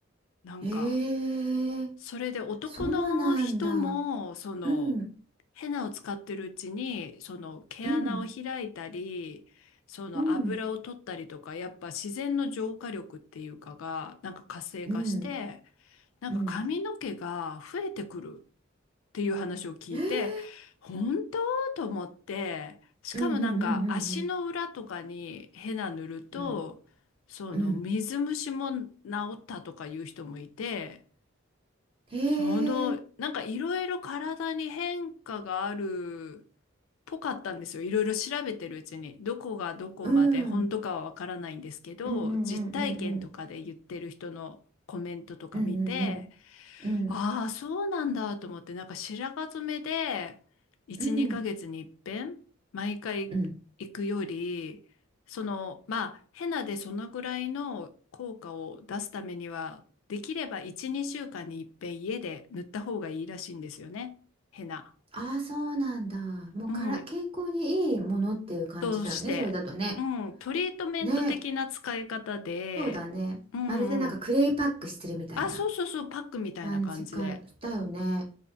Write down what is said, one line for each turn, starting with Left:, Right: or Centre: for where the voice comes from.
Left: なんか、
Right: へえ。
Left: それで男の人も、
Right: そうなんだ。
Left: その、
Right: うん。
Left: ヘナを使ってるうちに、その毛穴を開いたり、
Right: うん。
Left: その油を取ったりとか、
Right: うん。
Left: やっぱ自然の浄化力っていうかが、なんか活性化して、
Right: うん。
Left: なんか髪の毛が増えてくる。
Right: うん。
Left: っていう話を聞いて、
Right: ええ。
Left: 本当と思って、しかもなんか足の裏とかにヘナ塗ると、
Right: うんうんうんうん
Left: その水虫も治
Right: うん。うん。うん。
Left: ったとかいう人もいて、
Right: へ
Left: その、
Right: え。
Left: なんかいろいろ体に変化があるっぽかったんですよ。いろいろ調べてるうちに。どこがどこまで本当かはわからないんですけど、
Right: うん。うんうんうんうん
Left: 実体験とかで言ってる人のコメントとか見て、
Right: うん。うんうんうん。うん。
Left: ああ、そうなんだと思って、なんか白髪染めで、1、
Right: うん。
Left: 2ヶ月に一遍、毎回行くより、
Right: うん。
Left: その、まあ、ヘナでそのぐらいの効果を出すためには、できれば1、2週間に一遍家で塗った方がいいらしいんですよね。ヘナ。
Right: ああ、そうなんだ。もうから、
Left: うん。
Right: 健康にいいものっていう感じだよね、
Left: として、
Right: それだとね。
Left: うん。トリートメント的な使い方で、
Right: ね、そうだね。
Left: うんうん。
Right: まるでなんかクレイパックしてるみたいな
Left: あ、そうそうそう、パックみたいな感じで。
Right: 感じか、だよね。